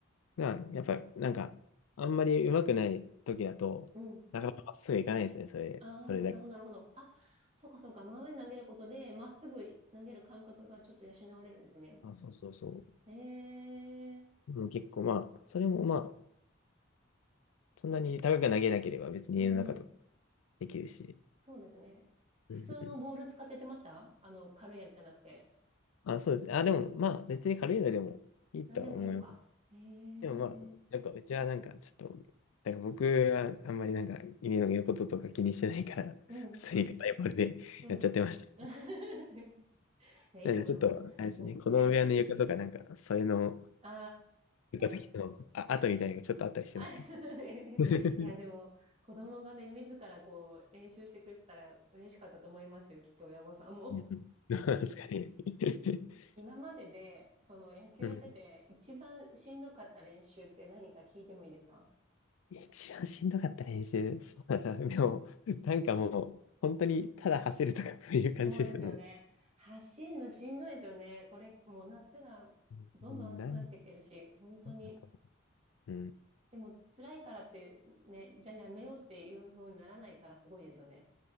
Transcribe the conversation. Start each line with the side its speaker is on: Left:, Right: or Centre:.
Left: が、やっぱ、なんか、あんまり上手くない時だと、
Right: うん。
Left: なかなかまっすぐいかないですね、それ、
Right: ああ、
Left: それだけ。
Right: なるほど、なるほど。あ、そうか、そうか。真上に投げることで、まっすぐ投げる感覚がちょっと養われるんですね。
Left: あ、そうそうそう。
Right: ええ
Left: うん、結構まあ、それもまあ、そんなに高く投げなければ別に家の中とか
Right: うん
Left: できるし。
Right: そうですね。
Left: うんうん。
Right: 普通のボール使ってやってましたあの、軽いやつじゃなくて。
Left: あ、そうです。あ、でもまあ、別に軽いのでもいいとは思います。
Right: 何でもいいのか。へえ。
Left: でもまあ、なんかうちはなんかちょっと、なんか僕はあんまりなんか家のこととか気にしてないから、
Right: うん。
Left: <laughs> 普通に硬いボールでやっちゃってました。
Right: うん。<laughs> いや、いいと思います。
Left: なんでちょっと、あれですね、
Right: ぼね。
Left: 子供部屋の床とかなんか、それの
Right: あ
Left: 床だけの、
Right: ー
Left: あ、跡みたいなのがちょっとあったりしてますね。
Right: あ。<laughs> い
Left: <laughs>
Right: や、でも、子供がね、自らこう、練習してくれてたら嬉しかったと思いますよ。きっと親御さんも。
Left: うんうんどうなんです <laughs> かね。<laughs>
Right: 今までで、その野球やってて、
Left: うん
Right: 一番しんどかった練習って何か聞いてもいいですか
Left: 一番しんどかった練習。<laughs> そうだな。でも、なんかもう、本当にただ走るとかそういう感じです。
Right: そうですよね。
Left: も
Right: 走るのしんどいですよね。これ、もう夏がどんどん暑くなってきてるし、
Left: う、なん
Right: 本当に。
Left: だと。うん。
Right: でも、辛いからって、ね、じゃあやめようっていう風にならないからすごいですよね。